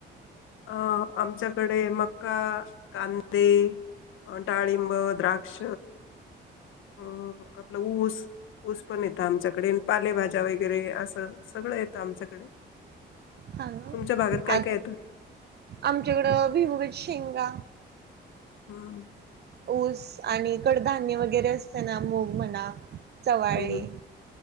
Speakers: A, on the left; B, on the right.
A: अं आमच्याकडे मक्का, कांदे, अ डाळिंब, द्राक्ष, अ आपलं ऊस. ऊस पण येतं आमच्याकडे पालेभाज्या वगैरे असं सगळं येतं आमच्याकडे.
B: हा ना
A: तुमच्या भागात काय
B: आ
A: काय येतं?
B: आमच्याकडं भुईमुगाच्या शेंगा.
A: हम!
B: ऊस आणि कडधान्य वगैरे असतय ना मुग म्हणा. चवाळी
A: हम्म हम्म